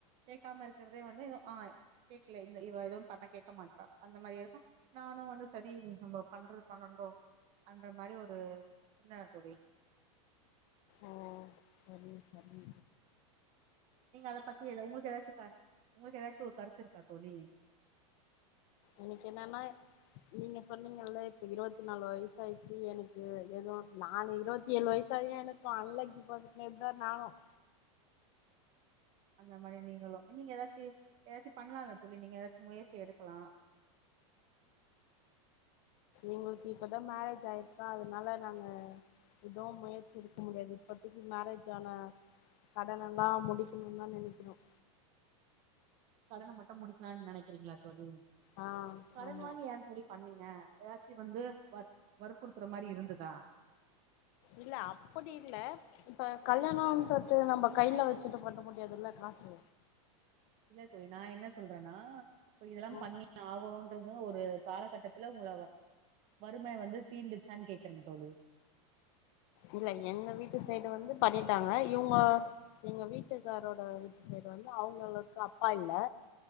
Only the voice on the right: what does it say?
கேட்காம இருக்கிறதே வ ஆ கேக்கல இந்த இவ எதுவும் பண்ண கேட்க மாட்டறா அந்த மாரி இருக்கும் நானும் வந்து சரி நம்ம பண்றது பண்ணும் அன்ற மாரி ஒரு சிந்தனை தொழி
நீங்க அத பத்தி உங்களுக்கு ஏதாச்சும் உங்களுக்கு ஏதாச்சும் ஒரு கருத்து இருக்கா தோழி
அந்த மாரி நீங்களும் நீங்க ஏதாச்சும் ஏதாச்சும் பண்ணலாம்ல தோழி நீங்க ஏதாச்சும் முயற்சி எடுக்கலாம்
கடனை மட்டும் முடிக்கலாம்னு நினைக்கிறீங்களா தோழி
கடன்
வாங்கி ஏன் தோழி பண்ணீங்க ஏதாச்சும் வந்து வ வற்புடுத்துற மாரி இருந்ததா
இல்ல தோழ நான் என்ன சொல்றேனா இப்ப இதெல்லாம்
பண்ணி ஆகணுறது ஒரு காலகட்டத்துல உங்களை வறுமை வந்து தீண்டுச்சான்னு கேக்குறேன் தோழி